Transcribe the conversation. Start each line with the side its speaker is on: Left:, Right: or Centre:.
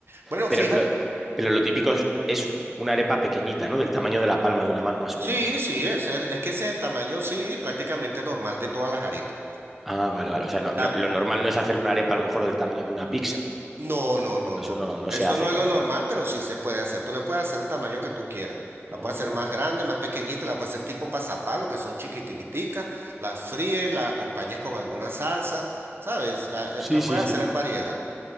Right: Bueno,
Centre: pero
Right: fíjate,
Centre: lo, pero lo típico es, es una arepa pequeñita, ¿no? Del tamaño de la palma de una mano, más o
Right: sí,
Centre: menos.
Right: sí, es, el- es que ese es el tamaño, sí, prácticamente normal de todas las arepas. pues.
Centre: Ah, vale, vale. O sea, no-
Right: La-
Centre: no- lo normal no es hacer una arepa a lo mejor del tamaño de una pizza.
Right: No, no, no, no,
Centre: Eso no,
Right: no.
Centre: no
Right: Eso
Centre: se hace,
Right: no es
Centre: ¿no?
Right: lo normal, pero sí se puede hacer. Tú le puedes hacer el tamaño que tú quieras. La
Centre: Anda.
Right: puedes hacer más grande, más pequeñita, la puedes hacer tipo pasapalo, que son chiquitiquiticas, las fríes, la acompañas con alguna salsa, ¿sabes? Ah, eh,
Centre: Sí,
Right: La puedes
Centre: sí, sí.
Right: hacer en variedad.